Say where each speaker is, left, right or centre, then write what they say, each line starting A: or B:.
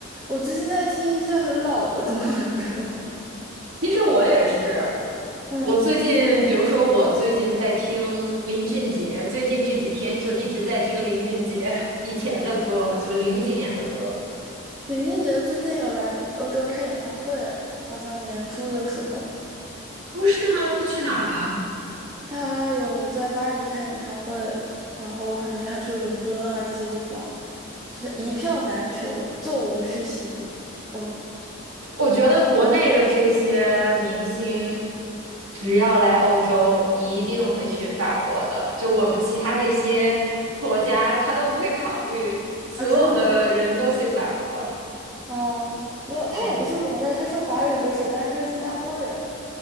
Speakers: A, on the right; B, on the right.
A: 我最近在听一些很老的中文歌。
B: 其实我也是，
A: <laughs> 嗯，
B: 我最近，比如说我最近在听林俊杰，最近这几天就一直在听林俊杰 <laughs> 以前的歌，就零几年的歌。
A: 林俊杰最近有来欧洲开演唱会，好像年初的时候，
B: 哦，是吗？他去哪儿了？
A: 他有在巴黎开演唱会，然后肯定还去了伦敦啊这些地方，就是一票难求，座无虚席。嗯。
B: 我觉得国内的这些明星，只要来欧洲，一定会去法国的。就我们其他这些国家，他都不会考虑，所有的人都去法国。
A: 啊，真的啊，没有，他也不是国内，
B: 嗯，
A: 他是华语歌手，但是他是新加坡人。